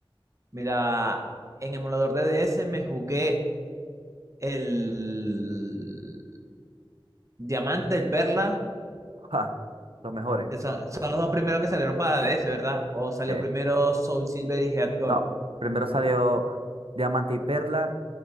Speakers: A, on the right; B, on the right.
A: Mira, en emulador de DS me jugué el Diamante, el Perla,
B: Ja, los mejores.
A: que son, son los dos primeros que salieron para DS, ¿verdad? O salió
B: Yeah.
A: primero Soul Silver y Head Gold.
B: No, primero salió Diamante y Perla